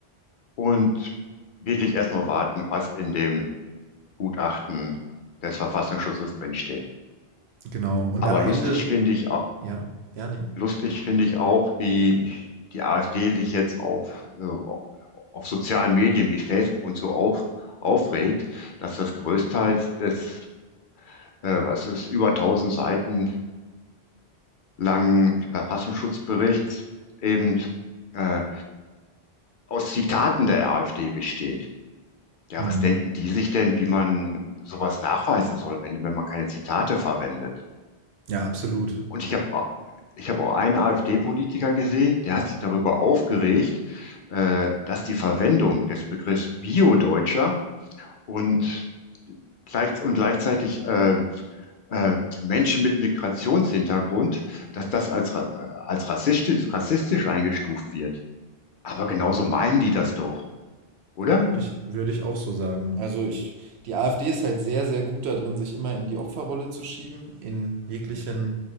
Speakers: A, on the left; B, on the right.
A: und wirklich erstmal warten, was in dem Gutachten des Verfassungsschutzes drinsteht.
B: genau. Und
A: Aber
B: am Ende,
A: lustig finde ich, au-
B: ja, ja, nee.
A: lustig finde ich auch, wie die AfD sich jetzt auf, äh, auf sozialen Medien wie Facebook und so auf, aufregt, dass das größtenteils des, äh, was ist, über tausend Seiten langen Verfassungsschutzberichts eben äh, aus Zitaten der AfD besteht. Ja,
B: Hm.
A: was denken die sich denn, wie man sowas nachweisen soll, wenn, wenn man keine Zitate verwendet?
B: Ja, absolut.
A: Und ich habe ich habe auch einen AfD-Politiker gesehen, der hat sich darüber aufgeregt, äh, dass die Verwendung des Begriffs Bio-Deutscher und, gleich, und gleichzeitig äh, äh, Menschen mit Migrationshintergrund, dass das als, als rassistisch, rassistisch eingestuft wird. Aber genauso meinen die das doch, oder?
B: Würde ich, würde ich auch so sagen. Also ich, die AfD ist halt sehr, sehr gut da drin, sich immer in die Opferrolle zu schieben, in jeglichen